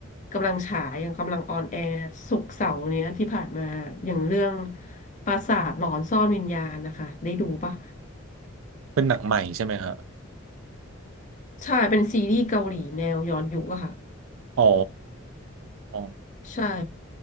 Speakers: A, on the left; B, on the right.
A: กำลังฉายอย่างกำลังออนแอร์ศุกร์เสาร์เนี้ยที่ผ่านมาอย่างเรื่องปราสาทหลอนซ่อนวิญญาณนะคะได้ดูปะ
B: เป็นหนังใหม่ใช่ไหมฮะ
A: ใช่เป็นซีรีส์เกาหลีแนวย้อนยุคอะค่ะ
B: อ๋ออ๋อ
A: ใช่